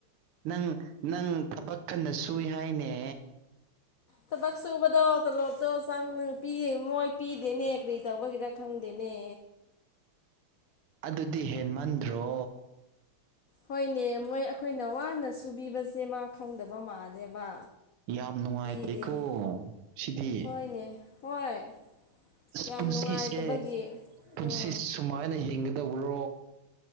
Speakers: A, on the right; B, on the left.
A: ꯅꯪ ꯅꯪ ꯊꯕꯛ ꯀꯟꯅ ꯁꯨꯏ ꯍꯥꯏꯅꯦ
B: ꯊꯕꯛ ꯁꯨꯕꯗꯣ ꯇꯣꯂꯣꯞꯇꯣ ꯆꯪ ꯄꯤ ꯃꯣꯏ ꯄꯤꯗꯦꯅꯦ ꯀꯔꯤ ꯇꯧꯕꯒꯤꯔ ꯈꯪꯗꯦꯅꯦ
A: ꯑꯗꯨꯗꯤ ꯍꯦꯟꯃꯟꯗ꯭ꯔꯣ
B: ꯍꯣꯏꯅꯦ ꯃꯣꯏ ꯑꯩꯈꯣꯏꯅ ꯋꯥꯅ ꯁꯨꯕꯤꯕꯁꯦ ꯃꯥ ꯈꯪꯗꯕ ꯃꯥꯜꯂꯦꯕ
A: ꯌꯥꯝ ꯅꯨꯡꯉꯥꯏꯇꯔꯦꯀꯣ
B: ꯄꯤꯗꯦꯅꯦ
A: ꯁꯤꯗꯤ
B: ꯍꯣꯏꯅꯦ ꯍꯣꯏ ꯌꯥꯝ
A: ꯄꯨꯟꯁꯤꯁꯦ
B: ꯅꯨꯡꯉꯥꯏꯇꯕꯒꯤ
A: ꯄꯨꯟꯁꯤ
B: ꯎꯝ
A: ꯁꯨꯃꯥꯏꯅ ꯍꯤꯡꯒꯗꯧꯕ꯭ꯔꯣ